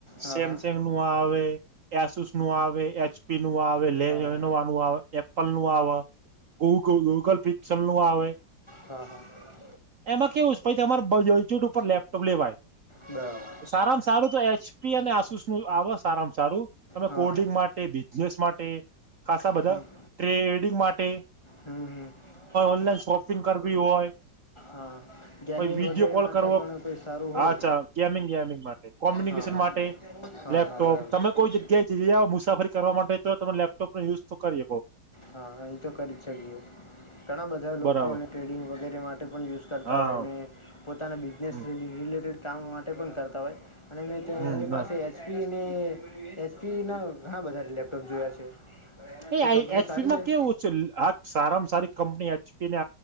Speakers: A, on the left; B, on the right.
A: હા
B: સેમસંગ
A: હા
B: નું આ આવે એસુસ નું આવે એચપી આવે લેનું
A: હા હા
B: આવે નું આવે ગૂગ ગૂગલ ફિક્શન નું આવે
A: હા હા
B: એમાં કેવું છે પ તમારેલચટ ઉપર લેપટોપ લેવાય
A: બરાબર
B: સારામાં સારું તો એજ અને આસુષ નું આવ આારમાં સારું તમે
A: હા
B: કોડિંગ
A: હા
B: માટે બિઝનેસ માટે ખાસા બધા
A: હમ
B: ટ્રેડિંગ માટે પે
A: હમ હમ
B: ઓનલાઈન શોપિંગ કરવી હોય
A: હા ગેમિંગ
B: કો વિડીિયો
A: વગેરે
B: કોલ
A: માટે
B: કરવો
A: પણ કોઈ સારું હોય
B: અચ્છા ગેમિંગ વેમિંગ માટે કોમ્યુનિકેશન
A: હા હા
B: માટે
A: હા
B: લેપટોપ
A: હા બરાબર
B: તમે કોઈ જગ્યાએ જ મુસાફરી કરવા માટે તો તમે લેપટોપનો ુઝ કરીએ બહ
A: હા એ તો કરી જ શકીએ ઘણા બધા લોકો
B: બરાબર
A: ટ્રેડિંગ વગેરે તે માટે પણ યુઝ કરતા
B: હા
A: હોયને પોતાના બિઝનેસ
B: હમ
A: રિલેટેડ કામ માટે પણ કરતા હોય અને મેં
B: હમ
A: એમની
B: ના
A: પાસે એસપી એસપી ના ઘણા બધારે લેપટોપ જોયા છે
B: <inaudible>
A: તે કંપની સારી
B: સ્ીડમાં
A: હોય
B: કેવું છે આ સારામાં સારી કંપની તેને